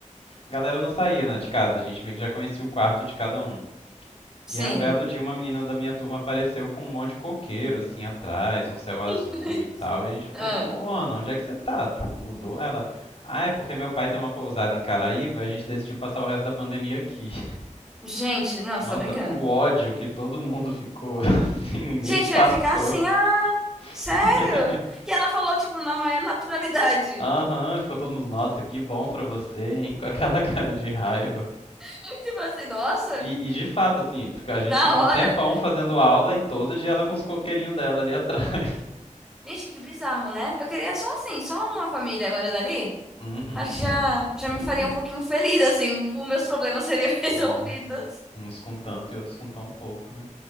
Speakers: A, on the left; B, in the centre.
A: Galera não saía, né, de casa, a gente meio que já conhecia o quarto de cada um.
B: sim.
A: E aí um belo dia uma menina da minha turma apareceu com um monte de coqueiro assim atrás, um céu azul
B: <laughs>
A: e tal, e a gente ficou, ô
B: Ah,
A: Ana, onde é que você tá? Tipo, mudou ela. Ah, é porque meu pai tem uma pousada em Caraíva, a gente decidiu passar o resto da pandemia aqui. <laughs>
B: gente, não,
A: Nossa,
B: só brincando.
A: o ódio que todo mundo ficou, <laughs> assim, ninguém
B: Gente,
A: disfarçou.
B: eu ia ficar assim, ah,
A: <laughs>
B: sério? E ela falou, tipo, na maior naturalidade.
A: Aham, ficou todo mundo, nossa, que bom pra você, hein? Com aquela <laughs> cara de raiva.
B: <laughs> Tipo assim, nossa,
A: E,
B: que
A: e de fato, assim, fica- a gente
B: da
A: ficou
B: hora.
A: um tempão fazendo aula e todo dia ela com os coqueirinhos dela ali atrás. <laughs>
B: Gente, que bizarro, né? Eu queria só assim, só uma família morando ali.
A: Uhum.
B: Acho que já, já
A: <laughs>
B: me faria um pouquinho feliz, assim. Os meus problemas seriam <laughs> resolvidos.
A: Ai, uns com tanto e outros com tão pouco, né?